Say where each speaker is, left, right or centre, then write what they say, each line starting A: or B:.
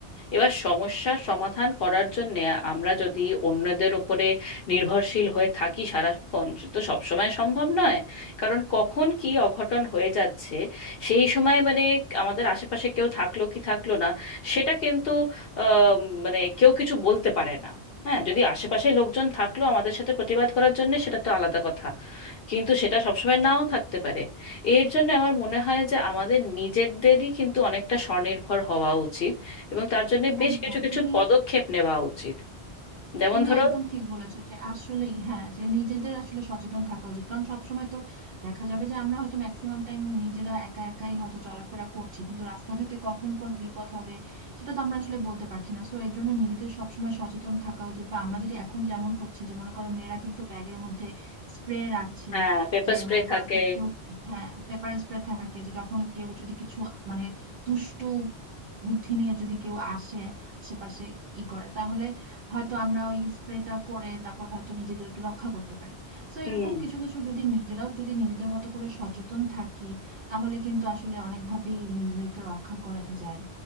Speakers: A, on the left (about 65°); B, on the right (about 60°).
A: এবার সমস্যার সমাধান করার জন্য আমরা যদি অন্যদের উপরে নির্ভরশীল হয়ে থাকি সারাক্ষণ সে তো সবসময় সম্ভব নয় কারণ কখন কি অঘটন হয়ে যাচ্ছে সেই সময় মানে আমাদের আশেপাশে কেউ থাকলো কি থাকলো না সেটা কিন্তু আহ, মানে কেউ কিছু বলতে পারে না হ্যাঁ যদি আশেপাশে লোকজন থাকলো আমাদের সাথে প্রতিবাদ করার জন্য সেটা তো আলাদা কথা কিন্তু সেটা সবসময় নাও থাকতে পারে এর জন্য আমার মনে হয় যে আমাদের নিজেদেরই কিন্তু অনেকটা স্বনির্ভর হওয়া উচিত এবং তার জন্য বেশ
B: একদম
A: কিছু কিছু
B: তুমি
A: পদক্ষেপ নেওয়া উচিত যেমন
B: তুমি
A: ধরো
B: একদম ঠিক বলেছো যে আসলেই হ্যাঁ যে নিজেদের আসলে সচেতন থাকা উচিত কারণ সবসময় তো দেখা যাবে যে আমরা হয়তো ম্যাক্সিমাম টাইম নিজেরা একা একাই হয়তো চলাফেরা করছি কিন্তু রাস্তাঘাটে কখন কোন বিপদ হবে সেটা তো আমরা আসলে বলতে পারছি না সো এর জন্য নিজেদের সবসময় সচেতন থাকা উচিত বা আমরা যদি এখন যেমন হচ্ছে যে মনে করো মেয়েরা কিন্তু ব্যাগের মধ্যে স্প্রে রাখছে
A: হ্যাঁ পেপার
B: যে
A: স্প্রে
B: মনে
A: থাকে
B: করো কোন- কেউ হ্যাঁ পেপার স্প্রে থাকে যে যখন কেউ যদি কিছু মানে দুষ্ট বুদ্ধি নিয়ে যদি কেউ আসে আশেপাশে ই করে তাহলে হয়তো আমরা ওই স্প্রেটা করে তারপর হয়তো নিজেদেরকে রক্ষা করতে পারি তো
A: হুম
B: এরকম কিছু কিছু যদি নিজেরাও যদি নিজেদের মতো করে সচেতন থাকি তাহলে কিন্তু আসলে অনেকভাবেই নিজেদেরকে রক্ষা করা যায়